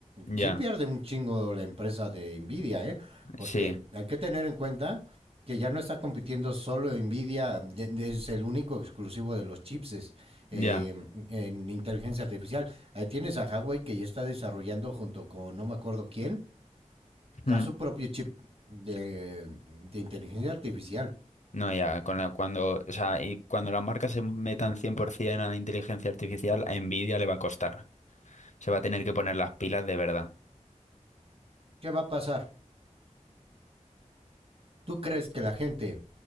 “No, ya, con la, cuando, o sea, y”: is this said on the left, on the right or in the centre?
Left